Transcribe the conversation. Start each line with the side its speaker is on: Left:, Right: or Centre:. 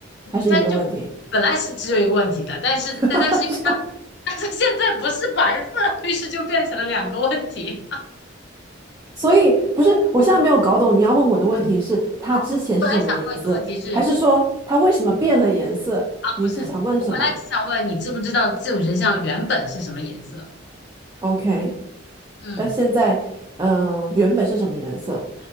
Right: 还是一个问题？
Left: 它就本来是只有一个问题的，但是但但是因为它
Right: <laughs>
Left: <laughs>，但是现在不是白色，于是就变成了两个问题。
Right: 所以不是，我现在没有搞懂你要问我的问题是它之前是什么颜色，
Left: <laughs> 嗯，好，我本来想问你的问题是。
Right: 还是说它为什么变了颜色？你是想问什么
Left: 不是，我本来只想问你知不知道这种神像原本是什么颜色？
Right: ？OK，
Left: 嗯，
Right: 但现在，嗯、原本是什么颜色？